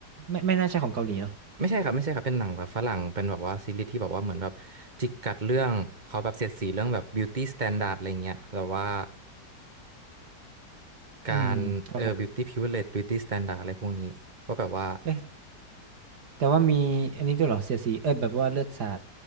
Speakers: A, on the right (about 65°); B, on the right (about 30°).
A: ไม่ไม่น่าใช่ของเกาหลีเนาะ
B: ไม่ใช่ครับไม่ใช่ครับเป็นหนังแบบฝรั่งเป็นแบบว่าซีรีส์ที่แบบว่าเหมือนแบบจิกกัดเรื่องเขาแบบเสียดสีเรื่องแบบ beauty standard อะไรเงี้ยแต่ว่าการเออ
A: อืมครับผม
B: beauty privilege beauty standard อะไรพวกนี้ก็แบบว่า
A: เอ๊ะแต่ว่ามีอันนี้ด้วยเหรอเสียดสีเออแบบว่าเลือดสาด